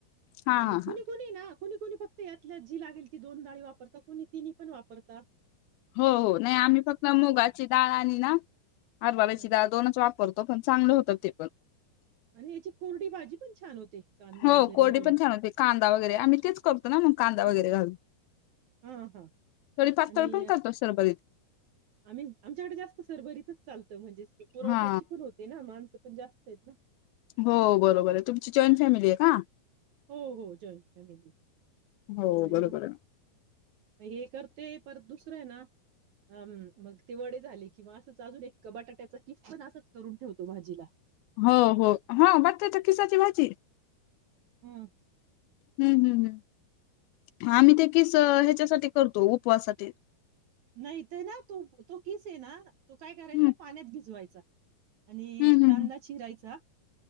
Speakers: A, on the left; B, on the right.
A: हा
B: हां आणि
A: हा हा
B: कोणी कोणी ना कोणी कोणी फक्त यातल्या जी लागल ती दोन डाळी वापरतात कोणी तीन्ही पण वापरतात.
A: हो हो नाही आम्ही फक्त मुगाची डाळ आणि ना हरभऱ्याची
B: ह
A: डाळ दोनच वापरतो. पण चांगलं होतं ना ते पण
B: आणि याची कोरडी भाजी पण छान होते. कांदा
A: हो
B: वगैरे
A: कोरडी
B: घालून
A: पण छान होते कांदा वगैरे आम्ही तेच करतो ना मग कांदा वगैरे घालून
B: हां हां
A: थोडी पातळ
B: आणि
A: पण
B: आणि
A: करतो सरबरीत
B: आम्ही आमच्याकडे जास्त शरबरीत <inaudible> म्हणजे ति पुरवट्याची
A: हा
B: पण होते ना मानसं जास्त आहेत ना.
A: हो बरोबर आहे. तुमची जॉइंट फॅमिली आहे का?
B: हो हो जाॅइंट फॅमिली
A: हो
B: आणि
A: बरोबर
B: म
A: आहे
B: हे तर ते परत दुसरं आहे ना अं मग ते वडे झाले की, मग असंच अजुन एक बटाट्याचा कीस पण असंच करुन ठेवते भाजीला
A: हो हो हां बटाटा कीसाची भाजी
B: हं
A: हम हम हम आम्ही ते कीसं ह्याच्यासाठी करतो उपवासातील
B: नाही ते ना तो तो किस आहे ना तो काय करायचा
A: हम्म
B: पाण्यात भिजवायचा आणि
A: हम्म हम्म
B: कांदा चिरायचा